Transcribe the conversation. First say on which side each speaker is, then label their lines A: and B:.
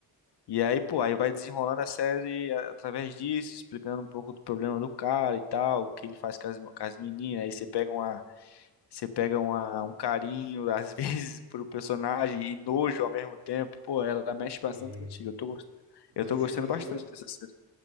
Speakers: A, on the left; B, on the right.
A: E aí, pô, aí vai desenrolando a série a- através disso, explicando um pouco do problema do cara e tal, o que ele faz com as, com as meninas, aí você pega uma você pega uma- um carinho, às <laughs> vezes, pro personagem e nojo ao mesmo tempo. Pô, ela mexe
B: entendi.
A: bastante contigo. Eu tô, gost-
B: Mas
A: eu tô gostando
B: ele,
A: bastante
B: ele, é, o-
A: dessa série.